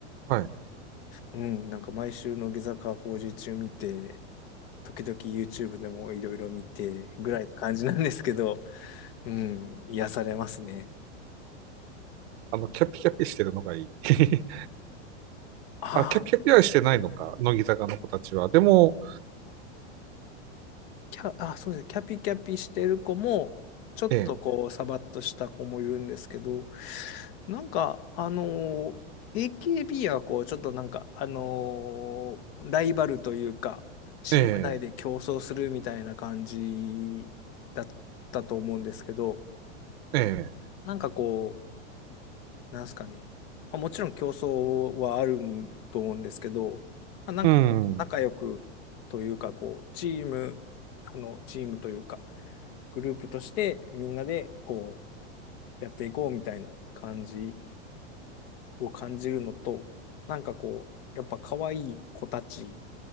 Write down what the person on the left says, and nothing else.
うん、なんか毎週の下坂工事中見て、時々 YouTube でもいろいろ見て、ぐらいの感じなんですけど、うん、癒されますね。
ああ。
キャ、あ、そうですね。キャピキャピしてる子も、ちょっとこう、
サバッとした子もいるんですけど、なんか、あのー AKB はこう、ちょっとなんか、あのーライバルというか、チーム内で競争するみたいな感じだったと思うんですけど、
なんかこう、なんすかね。まあ、もちろん競争はあると思うんですけど、まあ、なんかこう、
仲良くというか、こう、チーム、あの、チームというか、グループとしてみんなでこうやっていこうみたいな感じを感じるのと、なんかこう、やっぱ可愛い子たち